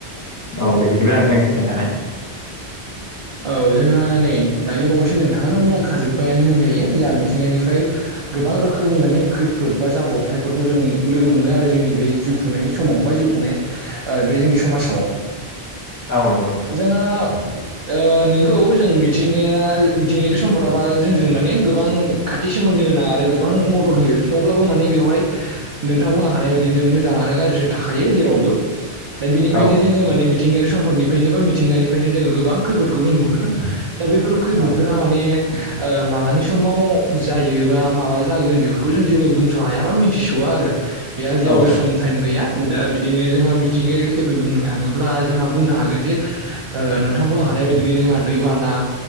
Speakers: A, on the left (about 20°); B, on the right (about 45°).
A: औ दे बिदिब्ला नोंथां एसे खोन्थानाय।
B: औ जोंहा नै दानि बावैसो नोंथाङानो बुंलांखाजोब्बायानो होनजायो जोंहा मिथिंगानिफ्राय। गोबां रोखोमनि माने खैफोद बा जाब्रबथायफोरखौ जों लोगो मोनो आरो जोंनि बे जिुउखुंनायनि समाव बाय जिउ खुंनाय अ बे जोंनि समाजाव
A: औ नंगौ नोंथां
B: जोंहा। अ नोंगौ जों मिथिंगाया मिथिंगायारि सम्पदाबा जोंजों माने गोबां खाथि सोमोनदो। गोनां आरो गोबां मदद होयो थेवब्लाबो माने बेवहाय नोंथां बुंनो हानाय बाददिनो मोजां आरो गाज्रि थाख खायो जेरावबो दा बिनिफ्रायनो
A: औ
B: जोङो
A: औ
B: माने मिथिंगायारि सम्पदनिफ्रायनो बा मिथिंगानिफ्रायनो जोङो गोबां खैफोदखौबो नुहुरदों। दा बैफोर खैफोदफोरा
A: औ
B: माने अ मालानि समाव जायो बा माला जागोन बेफोरखौ जों जेबो बुंस' हाया बा मिथिस'वा आरो बेहा जेबो
A: औ नंगौ
B: सम
A: नोंथां
B: टाइम गैया। दा बिदिनो जोंहा मिथिंगायारि खैफोद बुंनो थाङोब्ला जोंहा बुंनो हागोन जे अ नोंथांमोल आं नाय बदि जोंहा दैबाना